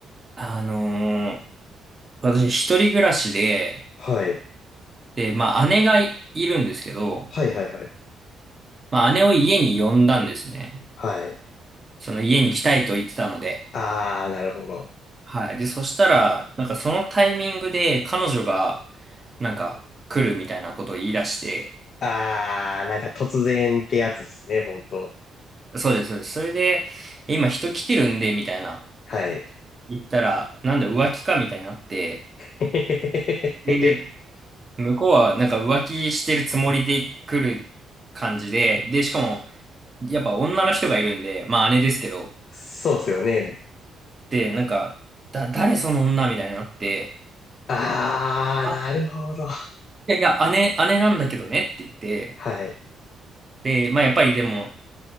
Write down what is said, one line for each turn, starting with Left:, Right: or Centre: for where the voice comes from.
Right: あのー私一人暮らしで、
Left: はい。
Right: で、まあ姉がいるんですけど、
Left: はいはいはい。
Right: まあ姉を家に呼んだんですね。
Left: はい。
Right: その家に来たいと言ってたので。
Left: あー、なるほど。
Right: はい。で、そしたら、なんかそのタイミングで彼女が、なんか来るみたいなことを言い出して、
Left: あー、なんか突然ってやつですね、ほんと。
Right: そうです、そうです。それで、今人来てるんで、みたいな。
Left: はい。
Right: 言ったら、なんだ浮気かみたいになって、
Left: <laughs>
Right: で向こうはなんか浮気してるつもりで来る感じで、で、しかも、やっぱ女の人がいるんで、まあ姉ですけど、
Left: そうっすよね。
Right: で、なんか、だ、誰その女みたいになって、
Left: あー、
Right: あ、
Left: なるほど。
Right: いやいや、姉、姉なんだけどねって言って、
Left: はい。
Right: で、まあやっぱりでも、